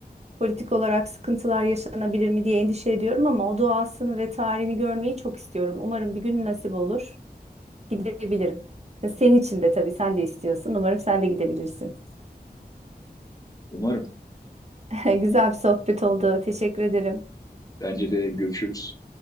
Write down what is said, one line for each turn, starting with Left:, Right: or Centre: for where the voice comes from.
Right: politik olarak sıkıntılar yaşanabilir mi diye endişe ediyorum ama o doğasını ve tarihini görmeyi çok istiyorum. Umarım bir gün nasip olur. Gidebilirim. Senin için de tabii sen de istiyorsun. Umarım sen de gidebilirsin.
Left: Umarım.
Right: <laughs> Güzel bir sohbet oldu. Teşekkür ederim.
Left: Bence de görüşürüz.